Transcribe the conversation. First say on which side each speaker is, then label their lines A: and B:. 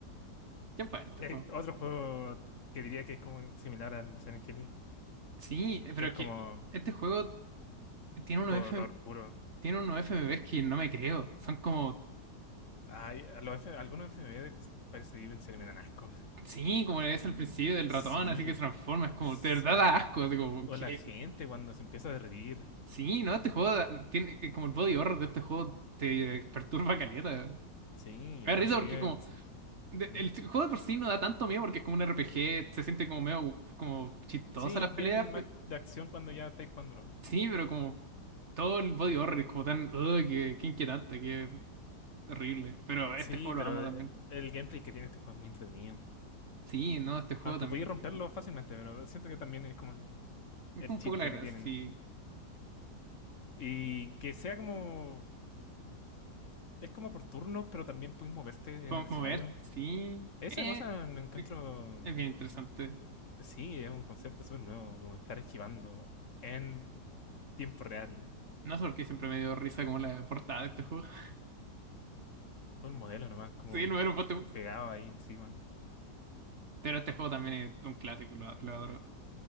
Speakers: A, on the right; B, on the left.
A: Qué bueno este
B: Eh,
A: juego.
B: otro juego que diría que es como similar a Silent Hill,
A: Sí, eh,
B: que
A: pero
B: es
A: es
B: como
A: que este juego tiene
B: juego
A: unos F...
B: de horror puro.
A: tiene unos FMVs que no me creo. Son como,
B: Ay, a los F- algunos FMV les parece que viven se le me dan asco.
A: sí, como le ves al
B: Mm.
A: principio del
B: Sí,
A: ratón, así que se transforma. Es como,
B: son...
A: de verdad da asco. así como
B: O
A: que...
B: la gente cuando se empieza a reír.
A: Sí, no, este juego da- tiene eh, como el body horror de este juego te perturba caleta.
B: Sí,
A: Me da
B: parece
A: risa porque
B: que viven...
A: como de-
B: ¿Mm?
A: el juego de por sí no da tanto miedo porque es como un RPG, se siente como medio como chistosa
B: Sí,
A: las
B: bien
A: peleas.
B: más
A: pe-
B: de acción cuando ya estáis jugando.
A: Sí, pero como todo el body horror es como tan, "Ugh, que, que inquietante, que horrible. Pero este
B: Sí,
A: juego
B: pero
A: lo amo también.
B: eh, el gameplay que tiene este juego es muy entretenido.
A: Sí, no, este juego
B: Aunque
A: también
B: podéis
A: es
B: romperlo
A: súper bueno.
B: fácilmente, pero siento que también es como el,
A: Es
B: el
A: como
B: chiste
A: un poco la gracia,
B: que tienen.
A: sí.
B: Y que sea como... Es como por turnos, pero también puedes moverte en
A: Mo-
B: el escenario.
A: Mover, sí.
B: Esa
A: Eh,
B: cosa lo encuentro...
A: eh, es bien interesante.
B: Sí, es un concepto súper nuevo, como estar esquivando en tiempo real.
A: No sé por qué siempre me dio risa como la portada de este juego. <laughs>
B: Todo el modelo nomás, como
A: Sí, lo era un poste.
B: pegado ahí encima.
A: Pero este juego también es un clásico, lo, lo adoro.